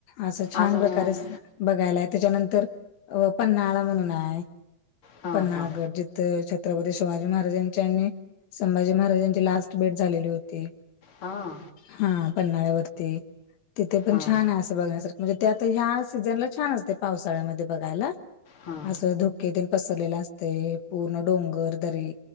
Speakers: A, on the left; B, on the left.
A: असं
B: आम्ही
A: छान प्रकारे असं बघायलाय त्याच्यानंतर अ पन्हाळा म्हणून आय.
B: हां
A: पन्नाळगड
B: हां
A: जिथं छत्रपती शिवाजी महाराजां त्यांनी संभाजी महाराजांची लास्ट भेट झालेली होती.
B: हां
A: हा पन्हाळ्यावरती तिथे पण
B: हां.
A: छान हाय असं बघण्यासारखं म्हणजे ते आता ह्या सीझनला छान असते पावसाळ्यामध्ये बघायला.
B: हा
A: असं धुकेतेन पसरलेला असतय पूर्ण डोंगर दरी